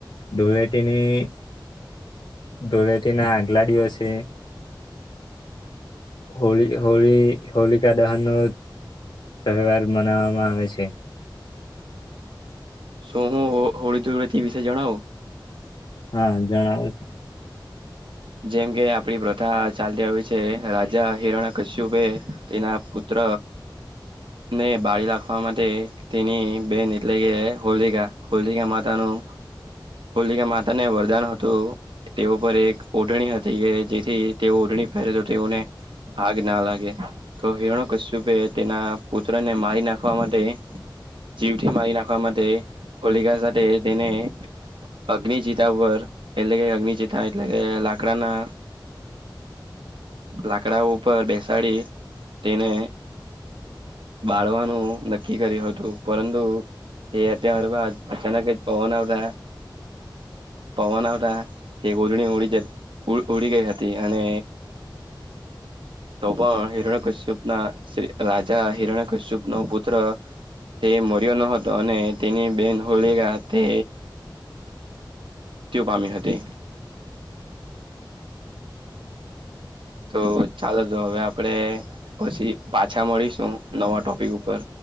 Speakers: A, on the left; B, on the right.
A: દોળટીની ધોળેટી ના આગલાડીવસે હોળી હોળી હોલી કા દહનુ તહેવાર મનાવામાં આવે છે.
B: શું હું હોળી દુળતી વિશે જણાવ
A: હા જણાવ
B: જેમ કે આપડી પ્રથા ચાલતી આવી છે, રાજા હિરોણા કશ્યુપે તેના પુત્ર ને બાળી રાખવા માટે તેની બેન એટલે કે હોલિકા હોલિકા માતાનુ હોલિકા માતાને વરદાન હતું તેઓ પર એક ઓઢણી હતી ગ જેથી તેઓ ઓઢણી પહેરે તો તેઓને આગ ના લાગે. તો હેરણો કશ્યુપે તેના પુત્ર ને મારી નાખવા માટે જીવઠી માારી નાખવા માંટે હોલિકા સાતે તેને અગ્નિ ચિતા પર એટલે કે અગ્નિ ચિતા એટલે કે લાકડાના લાકડા ઉપર બેસાડી તેને બાળવાનું નક્કી કર્યું હતુ પરંત એતી આં રપા પચના ક પોવા આપલે પવન આવતા તે ઓડણી ઉડી જ ઉ ઉડી ગઈ હતી અને તો પણ હિરણ કશ્યુપ ના રાજા હિરણ કશ્યુપ નો પુત્ર તે મર્યો ન હતો અને તેની બેન હોળીગથે. તેઓ પામીહ હતી. તો ચાલો જો હવે આપણેે પછી પાછા મળીશું નવા ટોપિક ઉપર